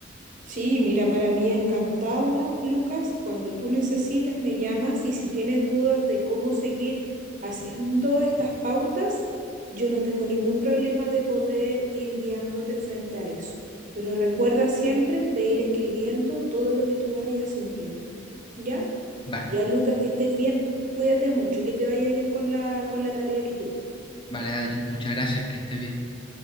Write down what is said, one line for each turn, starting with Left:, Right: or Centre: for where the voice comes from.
Right: sí, mira, para mí encantada, Lucas, cuando tú necesites me llamas y si tienes dudas de cómo seguir haciendo estas pautas, yo no tengo ningún problema de poder ir guiándote frente a eso. Pero recuerda siempre de ir escribiendo todo lo que tú vayas sintiendo. ¿Ya?
Left: Vale,
Right: Ya, Lucas, que estés bien. Cuídate mucho y que te vaya bien con la, con la tarea que te di.
Left: vale, Adri, muchas gracias, que estés bien.